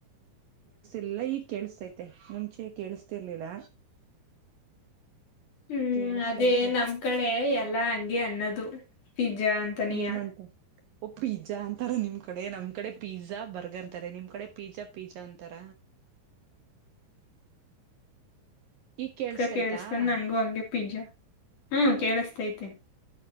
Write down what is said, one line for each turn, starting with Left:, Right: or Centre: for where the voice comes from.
Right: ಲ್ಲ ಈ ಕೇಳಿಸತೈತೆ ಮುಂಚೆ ಕೇಳಿಸಸ್ತಿರ್ಲಿಲ್ಲ
Left: ಹ್ಮ್
Right: ಕೇಳಸ್ತೈತೆ
Left: ಅದೇ ನಮ್ ಕಡೆ ಎಲ್ಲಾ ಹಂಗೆ ಅನ್ನೋದು ಪಿಜ್ಜಾ ಅಂತನಿಯ
Right: ಏನಂತ ಓ ಪಿಜ್ಜಾ ಅಂತಾರ ನಿಮ್ ಕಡೆ ನಮ್ ಕಡೆ ಪಿಜ್ಜಾ ಬರ್ಗರ್ ಅಂತಾರೆ ನಿಮ್ ಕಡೆ ಪಿಜ್ಜಾ ಪಿಜ್ಜಾ ಅಂತಾರ
Left: ಹ
Right: ಈಗ ಕೇಳಸ್ತಯ್ತಾ
Left: ಅ ಕೇಳಸ್ಕೊಂಡ್ ನಂಗು ಹಾಗೆ ಪಿಜ್ಜ ಹ್ಮ ಕೇಳಸ್ತತೆ